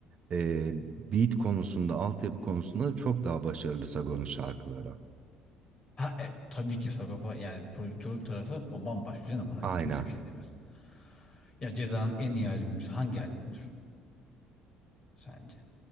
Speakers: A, on the right; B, on the left.
A: Eee beat konusunda altyapı konusunda da çok daha başarılı Sagon'un şarkıları.
B: Ha, e, tabii ki Sagopa yani prodüktörlük tarafı o bambaşka canım ona
A: Aynen.
B: kimse bir şey diyemez. Ya Ceza'nın en iyi albümü hangi albümdür sence?